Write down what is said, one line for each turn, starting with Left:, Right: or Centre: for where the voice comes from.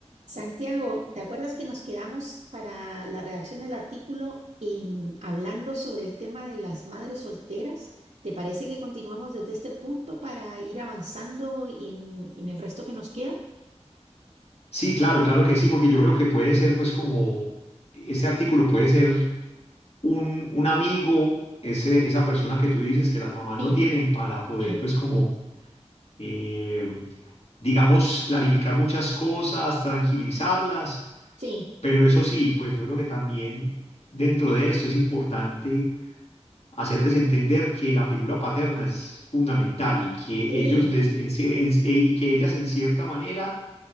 Right: Santiago, ¿te acuerdas que nos quedamos para la redacción del artículo em, hablando sobre el tema de las madres solteras? ¿Te parece que continuamos desde este punto para ir avanzando en, en el resto que nos queda?
Left: Sí, claro, claro que sí, porque yo creo que puede ser, pues, como ese artículo puede ser un, un amigo, ese, esa persona que tú dices que las mamás
Right: Sí,
Left: no tienen para poder,
Right: sí,
Left: pues, como, eh, digamos, clarificar muchas cosas, tranquilizarlas.
Right: sí,
Left: Pero eso sí, pues, yo creo que también dentro de esto es importante hacerles entender que la figura paterna es fundamental y que
Right: sí.
Left: ellos, des- en ci- en- y que ellas, en cierta manera,